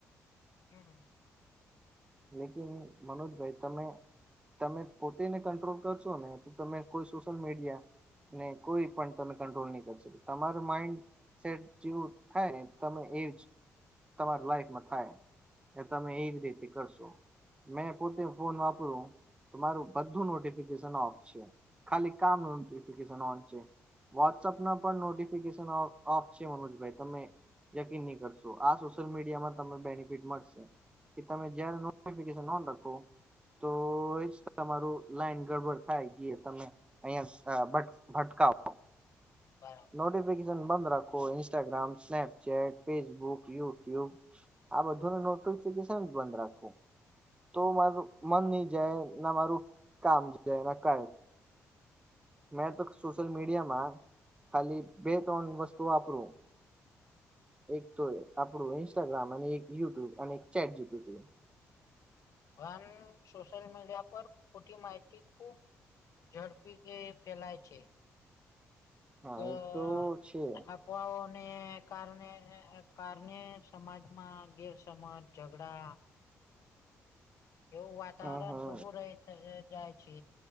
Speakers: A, on the left; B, on the right.
A: હમ હમ.
B: લેકિન મનોજ ભાઈ તમે. તમે પોતેને કંટ્રોલ કરશો ને તો તમે કોઈ સોશિયલ મીડિયા. ને કોઈ પણ તમે કંટ્રોલ નહી કરી શકો તમારું માઇન્ડ. સેટ જેવું થાય ને તમે એ જ. તમારી લાઈફમાં થાય એ તમે એજ રીતે કરશો. મેં પોતે ફોન વાપરું તો મારું બધું નોટફિકેશન ઓફ છે. ખાલી કામ નોટિફિકેશન ઓન છે. વોટ્સપના પણ નોટિફિકેસન ઓફ ઓફ છે. મનોજભાઈ તમે યકીન નહી કરશો આ સોશિયલ મીડિયામાં તમને બેનિફિટ મળશે. કે તમે જ્યાંરે નોટિફિકેશન ઓન રાખો તો એ જ તમારું લાઈન ગડબડ થાય ગીયે તમે અહિયાં સ અ બટ ભટ કાઓ.
A: બરાબર.
B: નોટિફિકેશન બંધ રાખો ઇન્સ્ટાગ્રામ, સ્નેપચેટ, ફેસબુક, યુટ્યુબ. આ બધુંને નોટિફિકેશન બંધ રાખવું. તો મારું મન ની જાય ના મારું કામ જાય એના કારણે. મેં તો સોશિયલ મીડિયામાં ખાલી બે ત્રણ વસ્તુ વાપરું. એક તો આપણું ઇન્સ્ટાગ્રામ અને એક યુટ્યુબ અને એક ચેટ જી પીટી.
A: ભન સોશિયલ મીડિયા પર ખોટી માહિતી ખુબ ઝડપી કે ફેલાય છે.
B: હા
A: તો
B: એ
A: આપ.
B: છે
A: આફ્વાઓને કારણે કારણે સમાજમાં ગેરસમજ ઝઘડા
B: <inaudible>
A: એવું વાતાવરણ
B: હમ હમ
A: ઉભું રહે. જાય છે